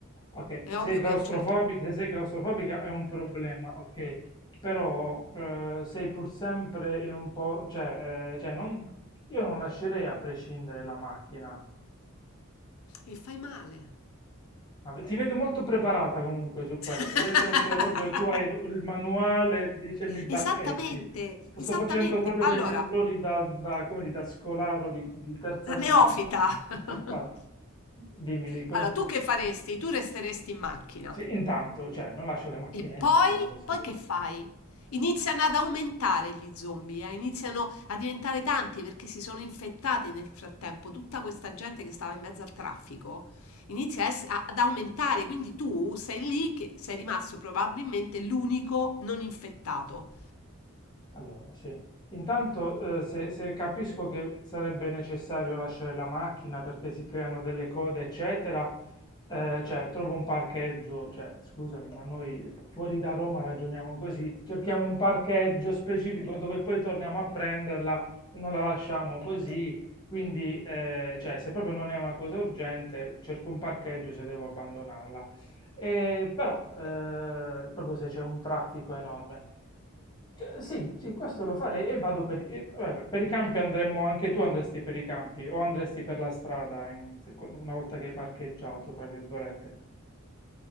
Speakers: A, on the left; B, on the left.
A: Ok,
B: È ovvio
A: se claustrofobica,
B: che a un certo <laughs> punto...
A: se sei claustrofobica è un problema, ok, però eh, sei pur sempre in un po', cioè, eh, cioè non- io non lascerei a prescindere la macchina.
B: E fai male.
A: Ma ve- Ti vedo molto preparata comunque su questo,
B: <laughs>
A: vedo che proprio tu hai il manuale, dice mi bacchetti.
B: Esattamente,
A: Sto
B: esattamente.
A: facendo proprio
B: Allora,
A: degli errori da, da, come dire, da scolaro di, di terza
B: La
A: elementare.
B: neofita! <laughs>
A: Sì, Infatti, dimmi, continua.
B: Allora, tu che faresti? Tu resteresti in macchina.
A: Sì, intanto, cioè, non lascio le macchine
B: E poi?
A: in strada così
B: Poi
A: io.
B: che fai? Iniziano ad aumentare gli zombie, eh, Iniziano a diventare tanti perché si sono infettati nel frattempo. Tutta questa gente che stava in mezzo al traffico inizia a ess- a- ad aumentare, quindi tu sei lì che sei rimasto probabilmente l'unico non infettato.
A: Allora, sì. Intanto, eh, se, se capisco che sarebbe necessario lasciare la macchina perché si creano delle code, eccetera, eh, cioè trovo un parcheggio, cioè scusami, ma noi fu- fuori da Roma ragioniamo così, cerchiamo un parcheggio specifico dove poi torniamo a prenderla, non la lasciamo così, quindi eh, cioè, se proprio non è una cosa urgente, cerco un parcheggio se devo abbandonarla. Eh, però eh, proprio se c'è un traffico enorme. Eh, Sì, sì, questo lo farei e vado per, e- vabbè, per i campi andremmo, anche tu andresti per i campi o andresti per la strada in- se- una volta che hai parcheggiato, tra virgolette.